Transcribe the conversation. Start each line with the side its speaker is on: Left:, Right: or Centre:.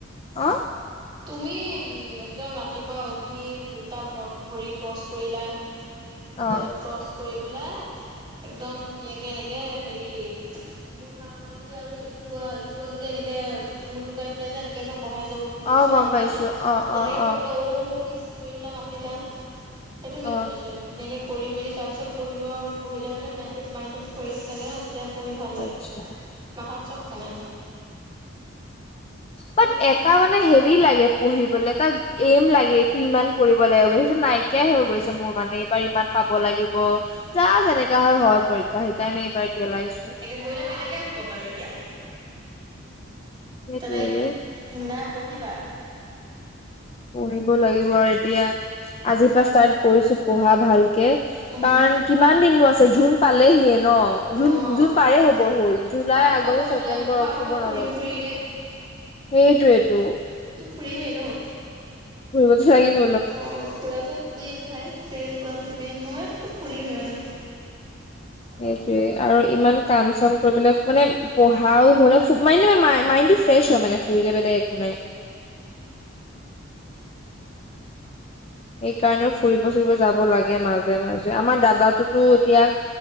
Left: অহ'।
Right: তুমি একদম ৰাতিপুৱা উঠি দুটা ভৰি ক্ৰছ কৰিলা।
Left: অ'।
Right: ক্ৰছ কৰি পেলাই, একদম ধুনীয়াকে এনেকে হেৰি বুঢ়া আঙুলি আৰু ইটো- ইটো আঙুলি এনেকে মটুকাই পেলাই যে এনেকে যে বহে যে ওম পজিনত
Left: অ গম পাইছো
Right: যে,
Left: অ
Right: তেনেকে
Left: অ অ
Right: কৰি পেলাই ওম বুলি মাতিলে, সেইটো
Left: অ
Right: ধুনীয়াকৈ কৰি মেলি তাৰপিছত পঢ়িব পঢ়িলে মানে মাইনটো মাইণ্ডটো ফ্ৰেছ লাগে হাঁ- তেতিয়া পঢ়ি ভাল লাগে,
Left: আচ্ছা
Right: মাথাত চব সোমায়।
Left: বাট
Right: নহ'লে
Left: এটা মানে হেৰি লাগে- পঢ়িবলৈ তাক এম লাগে এইটো ইমান কৰিব লাগে বুলি সেইটো নাইকিয়াই হৈ গৈছে, মোৰ মানে এইবাৰ ইমান পাব লাগিব যা, যেনেকা হয়-হয় পৰীক্ষা সেইকাৰণে এইবাৰ গেলাইছো।
Right: মইনা কেনেকে শুব বাৰু এতিয়া,
Left: সেইটোৱেৰে
Right: তেনে নাই পঢ়িবা?
Left: পঢ়িব লাগিব আৰু এতিয়া, আজিৰ
Right: উম
Left: পৰা ষ্টাৰ্ট কৰিছো পঢ়া ভালকে।
Right: উম
Left: কাৰণ কিমান দিন আছে জুন পালেহিয়ে ন
Right: অ
Left: জুন- জুন পাৰে হবৰ হ'ল,
Right: জুন
Left: জুলাই,
Right: পাৰে হ'ব
Left: আগষ্ট,
Right: আকৌ জুলাইতো
Left: ছেপ্তেম্বৰ,
Right: পাৰ
Left: অক্টোবৰ
Right: হ'ব
Left: নবে
Right: ফুৰি- ফুৰিগে।
Left: সেইটোৱেতো।
Right: ফুৰিমেই ন।
Left: ফুৰিবতো লাগিবই।
Right: অ', ফুৰাটো মেইন ভাই, ফুৰাটো মেইন মইতো ফুৰিমেই মানে। অলপ
Left: সেইটোৱে আৰু ইমান কাম-চাম কৰিবলে মানে পঢ়াও হ'লে ম মাইণ্ডটো ফ্ৰেছ হয় মানে ফুৰিলে বেলেগ একো নাই।
Right: উম।
Left: সেইকাৰণেও ফুৰিব-চুৰিব যাব লাগে মাজে মাজে আমাৰ দাদাতোতো এতিয়া